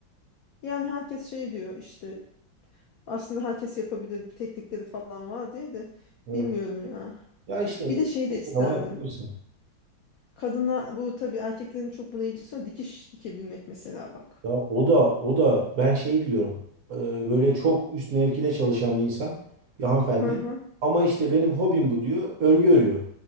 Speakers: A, on the left; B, on the right.
A: yani herkes şey diyor işte Aslında herkes yapabilir bir teknikleri falan var diye de
B: Evet.
A: bilmiyorum ya.
B: Ya işte
A: Bir de şey de isterdim.
B: ama yapabilirsin.
A: Kadına bu tabii erkeklerin çok buna ilgisi yok. Dikiş dikebilmek mesela bak.
B: Ya o da o da ben şeyi biliyorum. Ee, böyle çok üst mevkide çalışan bir insan, bir hanımefendi.
A: Hı hı.
B: Ama işte benim hobim bu diyor. Örgü örüyor.